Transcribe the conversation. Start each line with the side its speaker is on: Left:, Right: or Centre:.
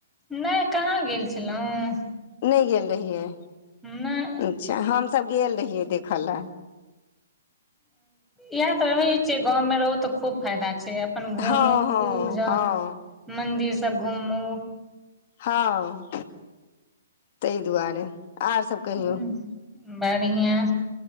Centre: नय कहाँ गेल छलहुँ
Left: नय गेल रहियै
Centre: नय
Left: अच्छा हमस गेल रहियै देखऽ लऽ
Centre: इहै तऽ रहै छियै गाँवमे रहू तऽ खूब फायदा छै अपन घूमू
Left: हँ हँ
Centre: खूब जाउ
Left: हँ
Centre: मंदिर सब घूमू
Left: हँ ताहि दुआरे आर सब कहियौ
Centre: हुँ बढ़िया